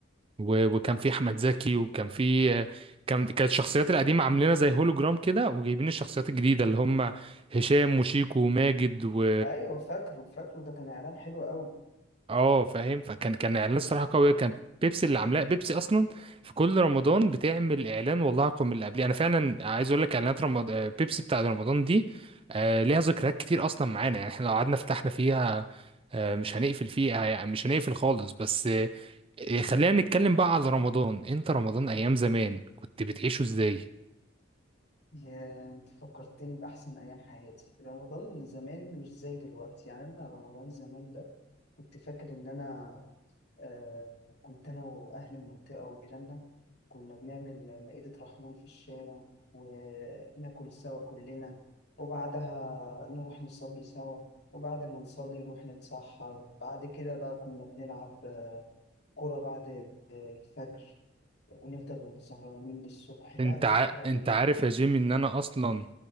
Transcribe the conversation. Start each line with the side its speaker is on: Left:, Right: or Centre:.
Right: و... وكان فيه احمد زكي وكان فيه كان كانت الشخصيات القديمه عاملينها زي هولوجرام كده وجايبين الشخصيات الجديده اللي هم هشام وشيكو وماجد و...
Left: أيوة فاكره فاكره ده كان إعلان حلو أوي
Right: اه فاهم فكان كان اعلان صراحه قويه كان بيبسي اللي عاملاه بيبسي اصلا في كل رمضان بتعمل اعلان والله اقوى من اللي قبليه انا فعلا عايز اقول لك اعلانات رمضان بيبسي بتاع رمضان دي آه، ليها ذكريات كتير اصلا معانا يعني احنا لو قعدنا فتحنا فيها آه، مش هنقفل فيها يعني مش هنقفل خالص بس آه، آه، خلينا نتكلم بقى على رمضان انت رمضان ايام زمان كنت بتعيشه ازاي
Left: يا أنت فكرتني بأحسن أيام حياتي رمضان زمان مش زي دلوقتي يعني أنا رمضان زمان ده كنت فاكر إن أنا آه، كنت أنا وأهل المنطقة وجيراننا كنا بنعمل مائدة رحمن في الشارع وناكل سوا كلنا وبعدها نروح نصلي سوا وبعد ما نصلي نروح نتسحر بعد كده بقى كنا بنلعب آه، كورة بعد آه، الفجر ونفضل سهرانين للصبح لا
Right: انت
Left: لا
Right: ع...
Left: أحلى أيام
Right: انت عارف يا جيمي ان انا اصلا